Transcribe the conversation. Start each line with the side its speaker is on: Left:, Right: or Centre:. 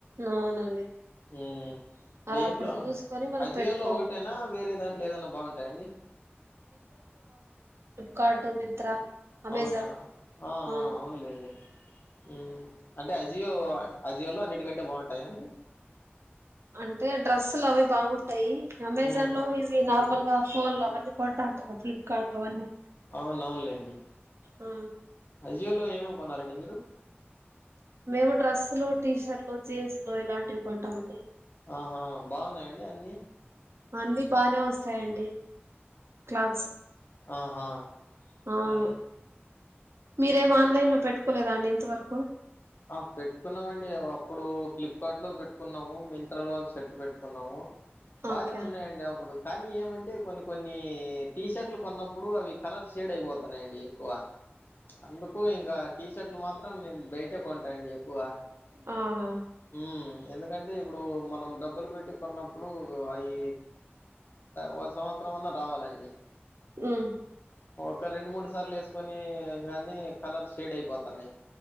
Right: అవునండి
Left: మ్మ్
Right: అలా
Left: దీంట్లో
Right: అప్పుడు చూసుకొని మనం
Left: అజియోలో
Right: పెట్టుకోవాలి
Left: ఒకటేనా వేరే దాంట్లో ఏదైనా బాగుంటాయంండి
Right: కార్టు మింత్రా అమెజాన్
Left: అవునా ఆ
Right: అవును
Left: అవునులేండి మ్మ్ అంటే అజియో అజియోలో అన్నిటికంటే బాగుంటాయ అండి
Right: అంటే డ్రస్సులు అవి బాగు తాయి అమెజాన్
Left: ఉమ్
Right: లో
Left: ఉమ్
Right: ఇవి నార్మల్ ఫోన్ అవి అన్నీ కొంటా ఉంటారు ఫ్లిప్కార్ట్ అవన్నీ
Left: అవును అవును లెండి
Right: ఆ
Left: ఆజియోలో ఏమేమి కొన్నారండి మీరు
Right: మేము డ్రెస్లు టీషర్ట్లు జీన్స్లు ఇలాంటివి కొంటాం అండి
Left: ఆహా బాగున్నాయంండి అన్ని
Right: అన్ని బానే వస్తాయండి క్లాత్స్
Left: ఆహా
Right: అవును
Left: ఉమ్.
Right: మీరేం
Left: ఆహా
Right: ఆన్లైన్ లో పెట్టుకు చెకోలేదాండి ఇంతవరకు
Left: ఆ పెట్టుకున్నామండి అప్పుడు కిప్కార్ట్ లో పెట్టుకున్నాము. మింత్రా లో ఒక షర్ట్ పెట్టుకున్నాము బానే
Right: ఓకే
Left: ఉన్నాయండి అప్పుడు కానీ ఏమంటే కొన్ని కొన్ని టీషర్ట్లు కొన్నప్పుడు అవి కలర్ షేడ్ అయిపోతున్నాయండి ఎక్కువ. అందుకు ఇంకా టీషర్ట్లు మాత్రం నేను బయట కొంటా అండి ఎక్కువా
Right: అవునా
Left: మ్మ్ ఎందుకంటే ఇప్పుడు మనం డబ్బులు పెట్టి కొన్నప్పుడు అవి ఒక సంవత్సరం అన్నా రావాలండి
Right: మ్మ్
Left: ఒక రెండు, మూడు సార్లు వేసుకొని ఇగ అన్నీ కలర్ షేడ్ అయిపోతున్నాయి